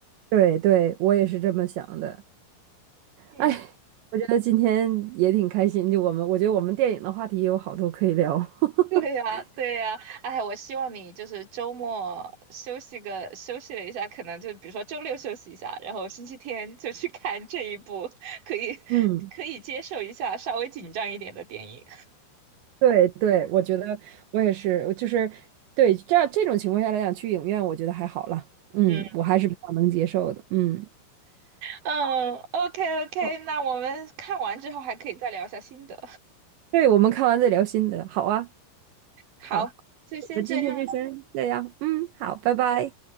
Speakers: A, on the right (about 80°); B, on the right (about 50°).
A: 对对，我也是这么想的。
B: 嗯。
A: 哎，我觉得今天也挺开心，就我们，我觉得我们电影的话题也有好多可以聊。<laughs>
B: <laughs> 对呀，对呀，哎，我希望你就是周末休息个休息了一下，可能就比如说周六休息一下，然后星期天就去看这一部可以
A: 嗯，
B: 可以接受一下稍微紧张一点的电影。
A: 对对，我觉得我也是，就是对这样这种情况下来讲，去影院我觉得还好了。嗯，
B: 嗯
A: 我还是比较能接受的。嗯，
B: 嗯，OK OK，
A: 好
B: 那我们看完之后还可以再聊一下心得。
A: 对，我们看完再聊心得，好啊，
B: 好，
A: 好，
B: 就先这样。
A: 我们今天就先这样，嗯，好，拜拜。